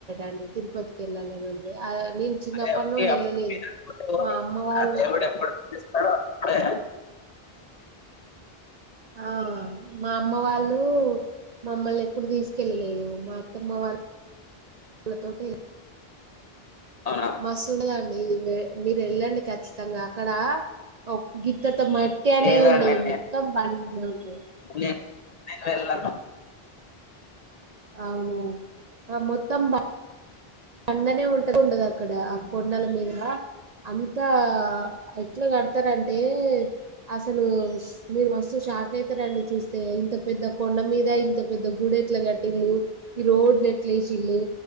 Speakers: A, on the right; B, on the left.
A: అండి తిరుపతికి వెళ్ళాలి అని అంటే ఆ నేను చిన్నప్పటి
B: అదే వచ్చి
A: నుండి
B: అప్
A: వెళ్ళలేదు
B: <unintelligible>
A: మా అమ్మ వాళ్ళు
B: ఆ దేవుడెప్పుడు పిలుస్తాడో అప్పుడే
A: ఆ మా అమ్మ వాళ్ళు మమ్మల్ని ఎప్పుడు తీసుకెళ్ళలేదు మా అత్తమ్మ వాళ్ళు వీళ్లతోటి
B: అవునా
A: మస్తుండదండి మీరు వెళ్ళండి ఖచ్చితంగా అక్కడా ఓ గింతంతా మెట్టేనేది
B: లేదండి
A: ఉండదు
B: నేను
A: మొత్తం బండనే ఉంటది
B: నేను నేను వెళ్ళాను
A: అవును ఆ మొత్తం బా బండనే ఉంట ఉండదు అక్కడ ఆ కొండల మీద అంతా ఎట్లా కడతారంటే అసలు మీరు మస్త్ షాక్ అయితరండి చూస్ ఇంత పెద్ద కొండ మీద ఇంత పెద్ద గుడి ఎట్లా కట్టిల్లు ఈ రోడ్లు ఎట్ల వేసిల్లు